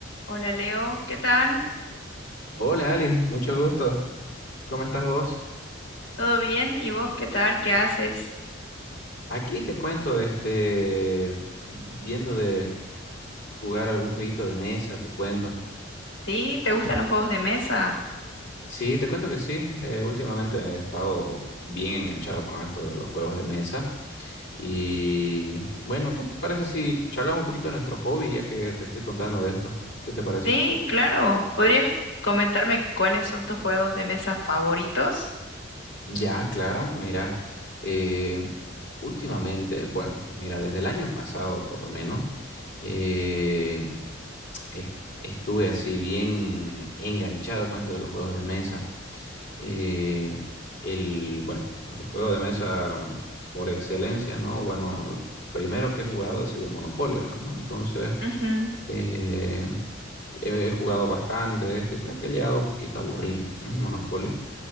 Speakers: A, on the left; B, on the left.
A: Hola Leo, ¿qué tal?
B: Hola Ali, mucho gusto. ¿Cómo estás vos?
A: ¿Todo bien? ¿Y vos qué tal? ¿Qué haces?
B: Aquí te cuento, este, viendo de jugar algún jueguito de mesa, te cuento.
A: ¿Sí? ¿Te gustan los juegos de mesa?
B: Sí, te cuento que sí. eh, últimamente he estado bien enganchado con esto de los juegos de mesa. Y bueno, ¿qué te parece si charlamos un poquito de nuestros hobbies, ya que te estoy contando de esto? ¿Qué te parece?
A: Sí, claro. ¿Podrías comentarme cuáles son tus juegos de mesa favoritos?
B: Ya, claro, mira, eh, últimamente, bueno, mira, desde el año pasado por lo menos, eh, es- estuve así bien enganchado con esto de los juegos de mesa. Eh, el, bueno, el juego de mesa mm, por excelencia, ¿no? Bueno, el primero que he jugado ha sido el Monopolio, ¿no? Entonces,
A: Ujú.
B: eh, he, he jugado bastante, este, creo que he llegado un poquito a aburrirme, ¿no? El Monopolio.